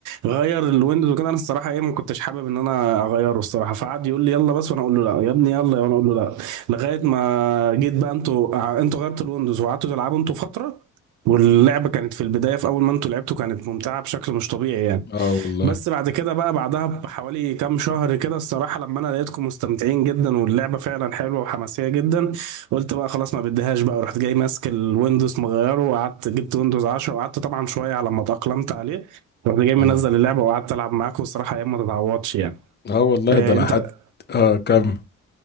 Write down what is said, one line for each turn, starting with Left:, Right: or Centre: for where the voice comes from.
Right: غير الويندوز وكده انا الصراحه ايه ما كنتش حابب ان انا اغيره الصراحه فقعد يقول لي يلا بس وانا اقول له لا يا ابني يلا وانا اقول له لا لغايه ما جيت بقى انتوا ع- انتوا غيرتوا الويندوز وقعدتوا تلعبوا انتوا فتره واللعبه كانت في البدايه في اول ما انتوا لعبتوا كانت ممتعه بشكل مش طبيعي يعني
Left: اه والله
Right: بس بعد كده بقى بعدها بحوالي كام شهر كده الصراحة لما انا لقيتكم مستمتعين جدا واللعبة فعلا حلوة وحماسية جدا قلت بقى خلاص ما بديهاش بقى رحت جاي ماسك الويندوز مغيره وقعدت جبت ويندوز 10 وقعدت طبعا شوية على ما اتأقلمت عليه رحت جاي منزل
Left: اه,
Right: اللعبة وقعدت العب معاكم الصراحة ايام ما تتعوضش يعني
Left: آه والله
Right: آه،
Left: ده انا
Right: انت
Left: حد اه كم